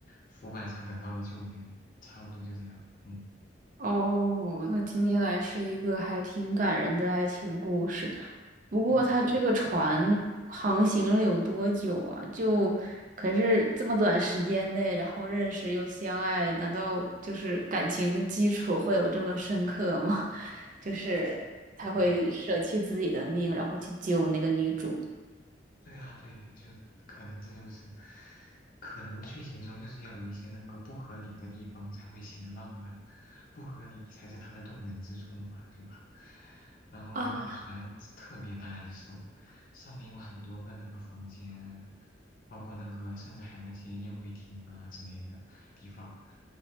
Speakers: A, on the left; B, on the right.
A: 浮板上等到了救援，差不多就这样，嗯，
B: 哦，那听起来是一个还挺感人的爱情故事。不过，
A: 对的，
B: 它这个船航行了有多久啊？
A: 对的。
B: 就可是这么短时间内，然后认识又相爱，难道就是感情基础会有这么深刻吗？<laughs> 就是他会舍弃自己的命，
A: 对。的。
B: 然后去救那个女主
A: 对啊，对啊，就可能这就是，可能剧情中就是要有一些那个不合理的地方才会显得浪漫，不合理才是它的动人之处嘛，对吧？然后那个船特别大一艘，
B: 啊。
A: 上面有很多个那个房间，包括那个甚至还有那些宴会厅啊之类的地方，